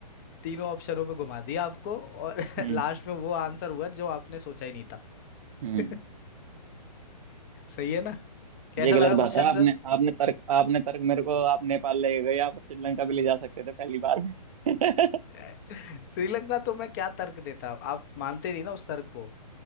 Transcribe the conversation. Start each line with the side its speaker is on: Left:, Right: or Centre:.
Left: तीनों ऑप्शनों पे घुमा दिया आपको और
Right: हम्म
Left: <laughs> लास्ट में वो आंसर हुआ जो आपने सोचा ही नहीं था
Right: हम्म
Left: <laughs> सही है ना कैसा
Right: ये गलत
Left: लगा क्वेश्चन
Right: बात है आपने
Left: सर
Right: आपने तर्क आपने तर्क मेरे को आप नेपाल ले गए आप श्रीलंका भी ले जा सकते थे पहली बार में <laughs>
Left: <laughs> श्रीलंका तो मैं क्या तर्क देता आप मानते नहीं ना उस तर्क को